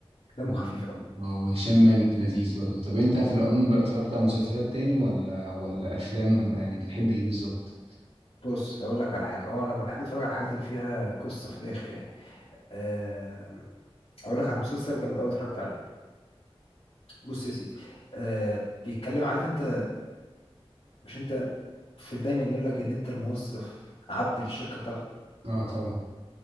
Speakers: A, on the left (about 80°); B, on the right (about 85°).
A: دمه
B: و-
A: خفيف اه
B: وهشام ماجد لذيذ برضه طب أنت في العموم بقى اتفرجت على مسلسلات تاني ولا ولا أفلام ولا يعني بتحب إيه بالظبط؟
A: بص هقول لك على حاجة اه انا بحب اتفرج على الحاجات اللي فيها قصة في الاخر يعني أه هقول لك على مسلسل جامد قوي اتفرجت عليه بص يا سيدي أه بيتكلم عارف انت مش انت في دايما يقول لك ان انت الموظف عبد للشركة بتاعته
B: اه طبعا